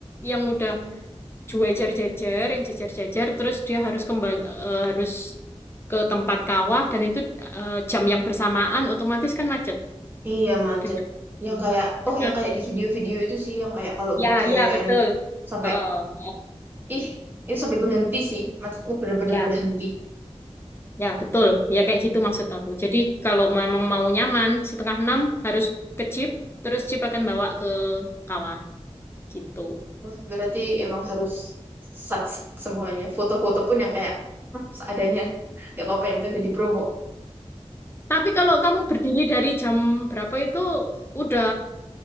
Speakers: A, on the left; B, on the right.
A: yang udah gue jejer-jejer, yang jejer-jejer, terus dia harus kembali eh, harus ke tempat kawah dan itu eh, jam yang bersamaan otomatis kan macet.
B: Iya macet.
A: Dengan,
B: Yang kayak
A: dengan
B: oh yang kayak di video-video itu sih yang kayak kalau
A: ya
B: weekend
A: ya betul.
B: sampai
A: Oh, oh,
B: ih, itu sampai berhenti sih, macetnya bener-bener
A: ya
B: berhenti.
A: ya betul. Ya kayak gitu maksud aku. Jadi kalau memang mau nyaman setengah enam harus ke jeep, terus jeep akan bawa ke kawah gitu.
B: Wah, Berarti emang harus sat semuanya. Foto-foto pun yang kayak "Hah, seadanya. Gak apa-apa yang penting udah di Bromo.
A: Tapi kalau kamu berdiri dari jam berapa itu udah